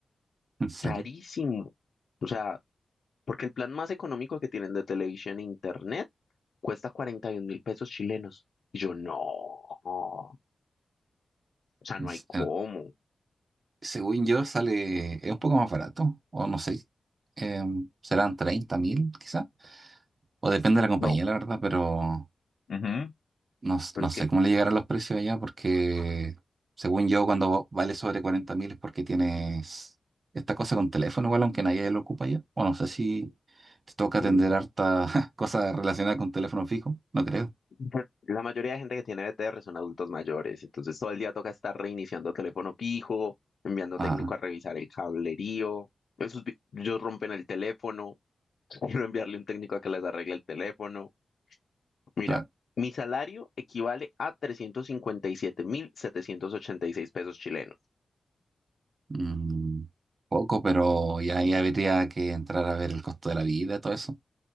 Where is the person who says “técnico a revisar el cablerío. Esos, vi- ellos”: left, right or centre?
Left